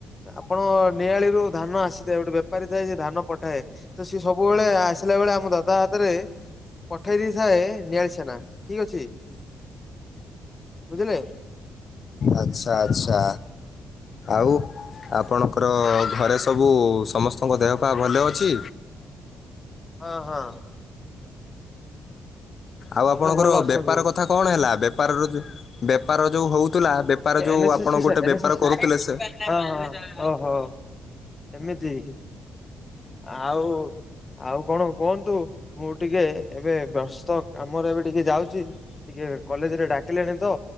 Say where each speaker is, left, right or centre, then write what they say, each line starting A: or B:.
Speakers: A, on the left (about 30°); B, on the left (about 50°).
A: ଆପଣ ନିଆଳିରୁୁ ଧାନ ଆସିଥାଏ। ଗୋଟେ ବେପାରୀ ଥାଏ ଯେ ଧାନ ପ ତ ସିଏ ସବୁବେଳେ ଆସିଲା ବେଳେ ଆମର ଦାଦା ହାତରେ ପଠେଇ ଦେଇଥାଏ ନିଆଳି ସେନା ଠିକ ଅଛି। ବୁଝିଲେ
B: ଆଚ୍ଛା ଆଚ୍ଛା ଆଉ ଆପଣଙ୍କର ଘରେ ସବୁ ସମସ୍ତଙ୍କ ଦେହ ପା ଭଲ ଅଛି।
A: ହଁ ହଁ
B: ଆଉ
A: ସବୁ
B: ଆପଣଙ୍କର
A: ଭଲ ଅଛନ୍ତି।
B: ବେପାର କଥା କଣ ହେଲା। ବେପାରରୁ ବେପାର ଯୋଉ ହଉଥିଲା ବେ ବେପାର ଯୋଉ
A: ଏନ୍ ଏସ୍
B: ଆପଣ
A: ଏସ୍ ଟି ସାର୍ଟ
B: ଗୋଟେ
A: ଏନ୍
B: ବେପାର
A: ଏସ୍ ଏସ୍ ଟି
B: କରୁଥିଲେ ସେ
A: ସାର୍ଟ ହଁ ହଁ ଓ ହୋ ଏମିତି ଆଉ ଆଉ କଣ କୁହନ୍ତୁ ମୁଁ ଟିକେ ଏବେ ବ୍ୟସ୍ତ କାମରେ ଏବେ ଟିକେ ଯାଉଚି। ଟିକେ କଲେଜରେ ଡାକିଲେଣି ତ